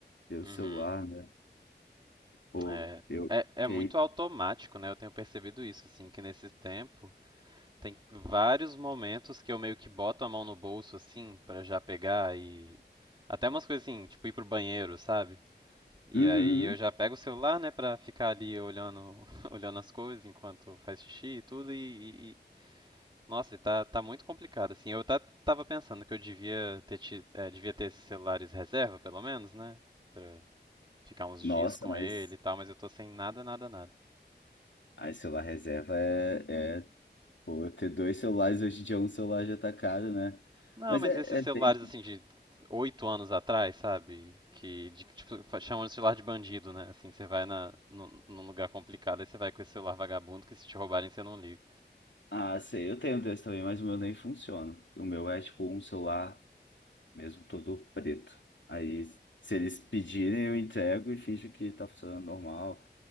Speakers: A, on the left (about 85°); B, on the right (about 25°).
A: ver o
B: Uhum.
A: celular, né? Pô,
B: É,
A: eu
B: é, é
A: fiquei.
B: muito automático, né? Eu tenho percebido isso, assim, que nesse tempo tem vários momentos que eu meio que boto a mão no bolso, assim, pra já pegar e. Até umas coisas assim, tipo ir pro banheiro, sabe? E
A: Uhum.
B: aí
A: uhum.
B: eu já pego o celular, né, pra ficar ali olhando, <laughs> olhando as coisas enquanto faz xixi e tudo e. e- e- Nossa, e tá, tá muito complicado, assim. Eu até tava pensando que eu devia ter, ti- eh, devia ter esses celulares reserva, pelo menos, né? Pra ficar uns
A: Nossa,
B: dias com
A: mas
B: ele e tal, mas eu tô sem nada, nada, nada.
A: aí celular reserva é, é Pô, ter dois celulares hoje em dia, um celular já tá caro, né?
B: Não,
A: Mas
B: mas
A: é,
B: esses
A: é
B: celulares
A: bem...
B: assim de oito anos atrás, sabe? Que de, tipo, fa- chamam de celular de bandido, né? Assim, você vai na, num, num lugar complicado, aí você vai com esse celular vagabundo que se te roubarem você não liga.
A: Ah, sei, eu tenho dois também, mas o meu nem funciona. O meu é tipo um celular mesmo todo preto. Aí, se eles pedirem, eu entrego e finjo que tá funcionando normal.